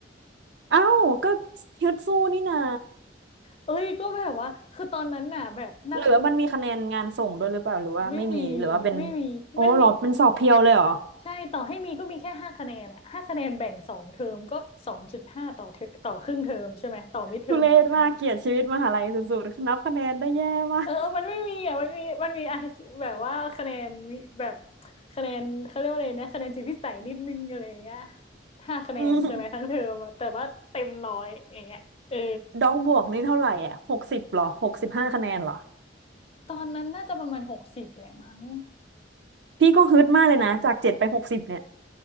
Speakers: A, on the right; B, on the left.
A: เอ้าก็ฮึดสู้นี่นา
B: เอ้ยก็แบบว่าคือตอนนั้นน่ะแบบนั่ง
A: หรือว่ามันมีคะแนนงานส่งด้วยหรือเปล่าหรือว่าไม่มีหรือว่าเป็น
B: ไม่มีไม่มีมันมี
A: โอ้เหรอเป็นสอบเพียวเลยเหรอ
B: ใช่ต่อให้มีก็มีแค่ห้าคะแนนอะห้าคะแนนแบ่งสองเทอมก็สองจุดห้าต่อเทอต่อครึ่งเทอมใช่ไหมต่อมิดเทอมกับไฟนอล
A: ทุเรศมากเกลียดชีวิตมหาลัยสุดๆนับคะแนนได้แย่มาก
B: เออมันไม่มีอ่ะมันมีมันมีอะแบบว่าคะแนนวิแบบ
A: <laughs>
B: คะแนนเขาเรียกว่าอะไรนะคะแนนจิตวิสัยนิดนึงอะไรอย่างเงี้ยห้าคะแนนใช่ไหมทั้งเทอมอะแต่ว่าเต็มร้อยอย่างเงี้ยเออ
A: อืมดองบวกนี่เท่าไหร่อ่ะหกสิบหรอหกสิบห้าคะแนนเหรอ
B: ตอนนั้นน่าจะประมาณหกสิบแหละมั้ง
A: พี่ก็ฮึดมากเลยนะจากเจ็ดไปหกสิบเนี่ย